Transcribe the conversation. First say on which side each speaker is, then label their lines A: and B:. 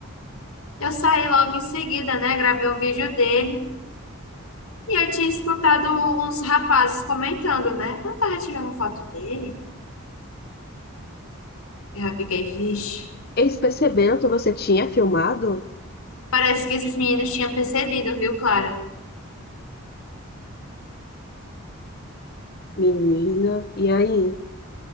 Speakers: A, on the left; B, on the left.
A: eu saí logo em seguida, né? Gravei o vídeo dele e eu tinha escutado uns rapazes comentando, né? Eu tava tirando foto dele. Eu já fiquei, vixe.
B: Eles perceberam que você tinha filmado?
A: Parece que esses meninos tinham percebido, viu, Clara?
B: Menina, e aí?